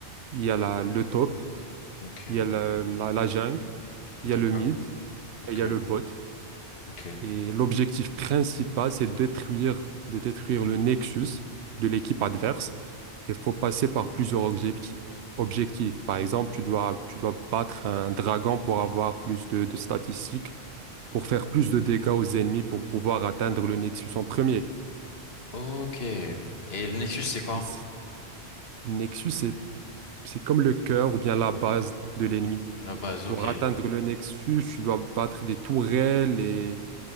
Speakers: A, on the right; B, on the left.
A: Il y a la- le top,
B: Ok,
A: il y a la, la la jungle, il
B: d'accord.
A: y a le mid
B: Ok,
A: et il y a le bot.
B: ok,
A: Et l'objectif principal, c'est détruire, de détruire le nexus de l'équipe adverse. Il faut passer par plusieurs objecti- objectifs. Par exemple, tu dois, tu dois battre un dragon pour avoir plus de, de statistiques, pour faire plus de dégâts aux ennemis, pour pouvoir atteindre le nexus en premier.
B: ok. Et le Nexus, c'est quoi?
A: Mais c- nexus, c'est, c'est comme le cœur ou bien la base de l'ennemi.
B: La base,
A: Pour
B: ok.
A: atteindre le nexus, tu dois battre des tourelles et